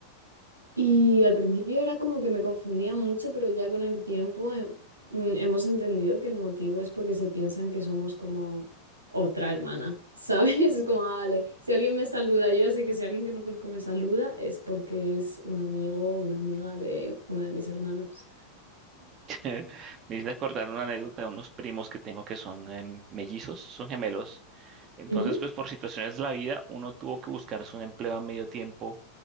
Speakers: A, on the right; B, on the right.
A: Y al principio era como que me confundía mucho, pero ya con el tiempo he- mm, hemos entendido que el motivo es porque se piensan que somos como otra hermana, ¿sabes? <laughs> Es como, ah, vale, si alguien me saluda, yo ya sé que si alguien que no conozco me saluda es porque es un amigo o una amiga de una de mis hermanas.
B: <laughs> Me hice acordar una anécdota de unos primos que tengo que son em, mellizos, son gemelos. Entonces,
A: Ujú,
B: pues por situaciones de la vida, uno tuvo que buscarse un empleo a medio tiempo